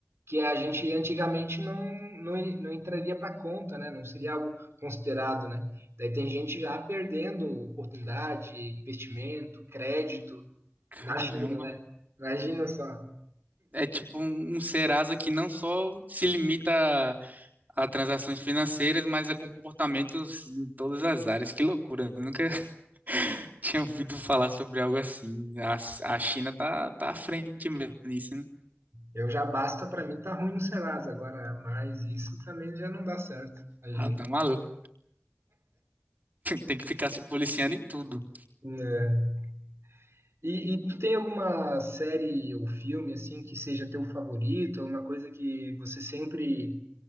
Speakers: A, on the right; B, on the right.
A: que a gente antigamente não, não, não entraria para conta, né? Não seria algo considerado, né? Daí tem gente já perdendo oportunidade, investimento, crédito
B: Caramba.
A: na China, né? Imagina só.
B: É tipo um, um Serasa que não só se limita a, a transações financeiras, mas a comportamentos em todas as áreas. Que loucura. Eu nunca <laughs> tinha ouvido falar sobre algo assim. A, a China tá, tá à frente mesmo nisso, né?
A: Eu já basta para mim tá ruim no Serasa agora, né? mas isso também já não dá certo. Imagina.
B: Ah, tá maluco. Tem que ficar se policiando em tudo.
A: né? E, e tu tem alguma série ou filme assim que seja teu favorito, alguma coisa que você sempre